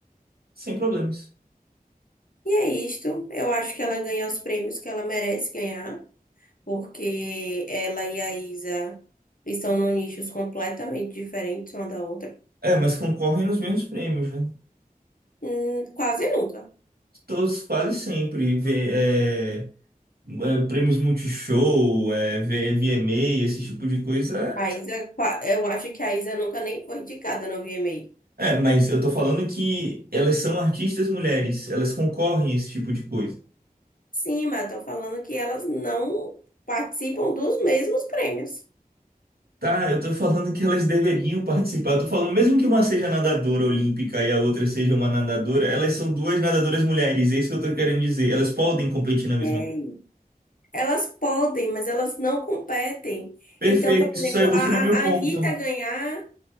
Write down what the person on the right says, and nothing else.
sem problemas.
É, mas concorrem nos mesmos prêmios, né?
Todos quase sempre vê, é, é, prêmios Multishow, é, vê VMA, esse tipo de coisa.
É, mas eu tô falando que elas são artistas mulheres, elas concorrem a esse tipo de coisa.
Tá, eu tô falando que elas deveriam participar. Eu tô falando, mesmo que uma seja nadadora olímpica e a outra seja uma nadadora, elas são duas nadadoras mulheres, é isso que eu tô querendo dizer. Elas podem competir na mesma.
Perfeito,
isso
só ilustra
o meu ponto.